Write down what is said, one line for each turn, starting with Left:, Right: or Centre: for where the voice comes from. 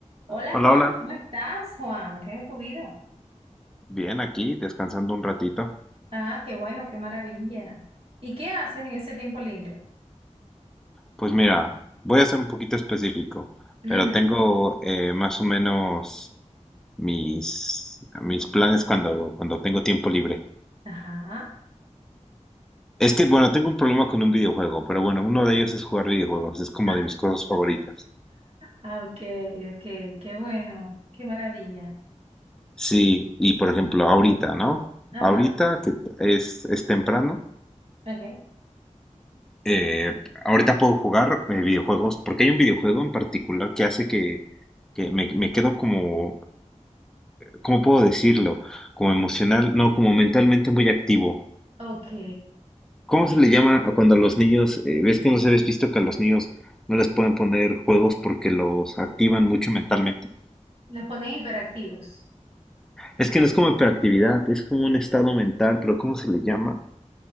Right: Hola
Centre: Hola,
Right: Juan,
Centre: hola.
Right: ¿cómo estás, Juan? ¿Qué es de tu vida?
Centre: Bien, aquí descansando un ratito.
Right: Ah, qué bueno, qué maravilla. ¿Y qué haces en ese tiempo libre?
Centre: Pues mira, voy a ser un poquito específico,
Right: Ujú.
Centre: pero tengo eh, más o menos mis, mis planes cuando, cuando tengo tiempo libre.
Right: Ajá.
Centre: Es que, bueno, tengo un problema con un videojuego, pero bueno, uno de ellos es jugar videojuegos, es como
Right: <laughs>
Centre: de mis cosas favoritas.
Right: Ah, ok, ok, qué bueno, qué maravilla.
Centre: Sí, y por ejemplo, ahorita, ¿no?
Right: Ajá,
Centre: Ahorita que es, es temprano,
Right: ok.
Centre: eh, ahorita puedo jugar eh, videojuegos, porque hay un videojuego en particular que hace que, que me, me quedo como ¿cómo puedo decirlo? Como emocional, no, como mentalmente muy activo.
Right: Ok,
Centre: ¿Cómo se le llama a cuando a los niños, eh, ves que no se habéis visto que a los niños no les pueden poner juegos porque los activan mucho mentalmente?
Right: los ponen hiperactivos.
Centre: Es que no es como hiperactividad, es como un estado mental, pero ¿cómo se le llama?